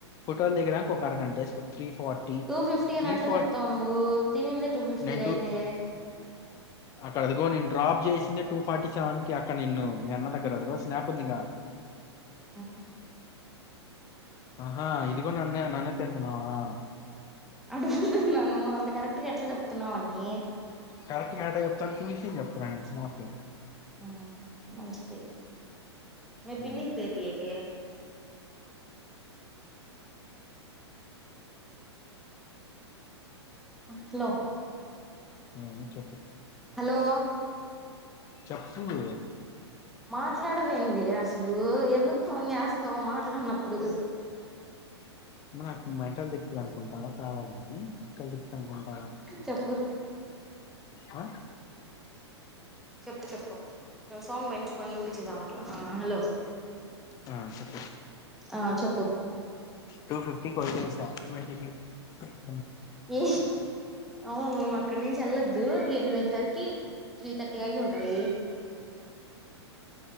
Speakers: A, on the left (about 25°); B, in the centre.
A: ఫోటోల్దిగడానికి ఒక అరగంటేసుకో త్రీ ఫార్టీ
B: టూ ఫిఫ్టీ అని
A: త్రీ
B: ఎట్ల
A: ఫార్టీ
B: చెప్తావు నువ్వు తినిందే టూ ఫిఫ్టీకి
A: నేను టూ
B: అయితే
A: అక్కడ అదిగో నేను డ్రాప్ చేసిందే టూ ఫార్టీ సెవెన్ కి అక్కడ నిన్ను మీ అన్న దగ్గర అదిగో స్నాప్ ఉందిగా
B: ఆహ
A: ఆహా ఇది గూడా నన్నే నన్నే <unintelligible> న్నావా
B: అడుగుతున్నాను అంత కరెక్ట్ గా ఎట్ల చెప్తున్నావని
A: కరక్ట్ గా ఎట్ల చెప్త చూసి చెప్తున్న స్మార్ట్ లో
B: మ్మ్ మంచిది మే
A: ఉమ్,
B: బిన్నీస్ దేకి ఏ కే హలో
A: హ్మ్ చెప్పు
B: హలో
A: చప్పు నువ్వు
B: మాట్లాడవేంది అసలు ఎందుకు ఫోన్ చేస్తావు మాట్లాడినప్పుడు
A: నాకు మెంటల్ తె <unintelligible> కుంటలో కావాలండి కల్దిపిస్తాం కొంట
B: చెప్పు
A: ఆ
B: చెప్పు చెప్పు సౌండ్ పెంచుకొని ఇనిపించిసావట్ల ఆ హలో
A: ఆ చెప్పు
B: ఆ చెప్పు
A: టూ ఫిఫ్టీ <unintelligible>
B: ఏ అవును అక్కడి నుంచి ఎల్లోద్దా లో ఎళ్ళేసరికి త్రీ థర్టీ అయి ఉంటది